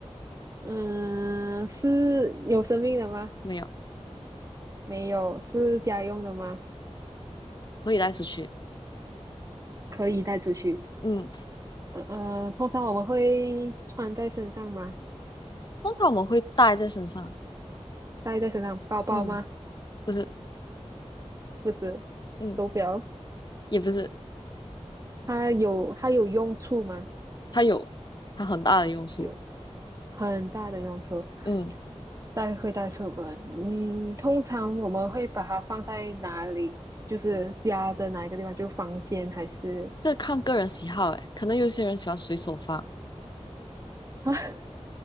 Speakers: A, on the right; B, on the left.
A: 嗯、是有生命的吗？
B: 没有，
A: 没有，是家用的吗？
B: 可以带出去，
A: 可以带出去。
B: 嗯，
A: 呃呃，通常我们会穿在身上吗？
B: 通常我们会带在身上，
A: 戴在身上，包包吗？
B: 嗯，不是，
A: 不是，
B: 嗯，
A: 手表。
B: 也不是，
A: 它有它有用处吗？
B: 它有它很大的用处，
A: 有很大的用处，
B: 嗯，
A: 带会带出门。嗯，通常我们会把它放在哪里？就是家的哪一个地方？就房间还是
B: 这看个人喜好，诶，可能有些人喜欢随手放，
A: 啊 <laughs>